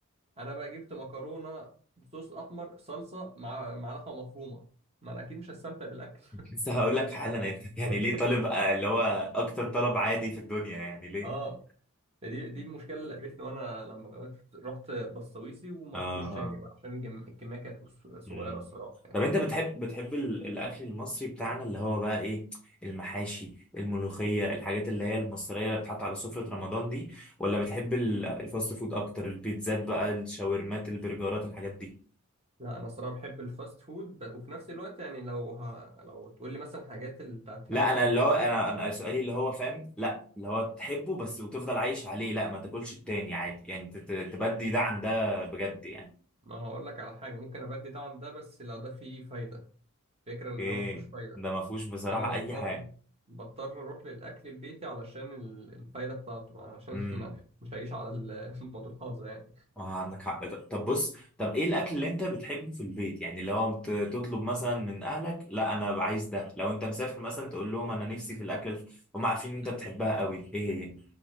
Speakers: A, on the right; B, in the centre.
A: انا بقى جبت مكرونه بصوص احمر صلصه مع مع لحمه مفرومه ما انا اكيد مش هستمتع بالاكل
B: لسه هقول لك حالا انت <laughs> يعني
A: <laughs>
B: ليه طالب آه، اللي هو اكتر طلب عادي في الدنيا يعني ليه
A: اه دي دي المشكله اللي قابلتني وانا لما جوت رحت بسويسي وما
B: اه
A: رحتوش تاني
B: آه.
A: بقى عشان الجم- الكميه كانت قص- صغيره
B: مم.
A: الصراحه يعني
B: طب انت بتحب بتحب ال- الاكل المصري بتاعنا اللي هو بقى ايه المحاشي الملوخيه الحاجات اللي هي المصريه اللي بتحط على سفره رمضان دي ولا بتحب ال- الفاست فود اكتر البيتزات بقى الشاورمات البرجرات الحاجات دي
A: لا انا الصراحه بحب الفاست فود ب- وفي نفس الوقت يعني لو ه... لو تقول لي مثلا حاجات ال... بتاعت حاجات
B: لا انا
A: رمضان
B: اللي هو
A: دي
B: انا انا سؤالي اللي هو فاهم لا اللي هو تحبه بس وتفضل عايش عليه لا ما تاكلش التاني عادي يعني ت- ت- تبدي ده عن ده بجد يعني
A: ما هقول لك على حاجة ممكن أبدي ده عن ده بس لو ده فيه فايدة فكرة إن
B: ايه
A: ده ما فيهوش فايدة
B: ده ما فيهوش بصراحه
A: فأنا بضطر
B: اي حاجه
A: بضطر أروح للأكل البيتي علشان ال- الفايدة بتاعته علشان
B: امم
A: <laughs> ما مش هعيش على ال- <laughs> المواد الحافظة يعني
B: اه عندك حق ده. طب بص طب ايه الاكل اللي انت بتحبه في البيت يعني لو انت تطلب مثلا من اهلك لا انا عايز ده لو انت مسافر مثلا تقول لهم انا نفسي في الاكل الف... هم عارفين ان انت
A: مم.
B: بتحبها قوي ايه هي